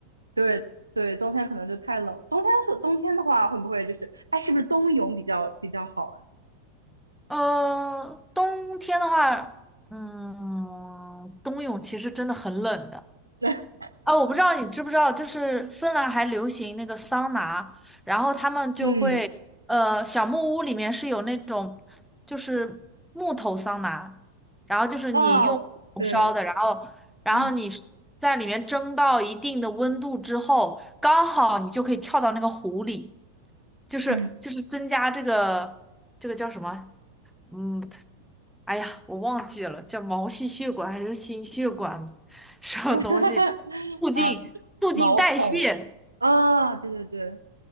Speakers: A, on the right (about 80°); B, in the centre.
A: 对对，冬天可能就太冷。冬天是冬天的话，会不会就是哎，是不是冬泳比较比较好啊？
B: 呃，冬天的话，嗯，冬泳其实真的很冷的
A: <laughs>
B: 啊。我不知道你知不知道，就是芬兰还流行那个桑拿，然后他们就会，
A: 嗯，
B: 呃，小木屋里面是有那种就是木头桑拿，然后就是你用火烧的，
A: 哦，对，
B: 然后然后你
A: 嗯
B: 在里面蒸到一定的温度之后，刚好你就可以跳到那个湖里，就是就是增加这个这个叫什么？
A: 嗯，
B: 嗯，哎呀，我忘记了叫毛细血管还是心血管什么东西，
A: <laughs>
B: 促进促进代谢，
A: 啊，毛孔啊，对对对，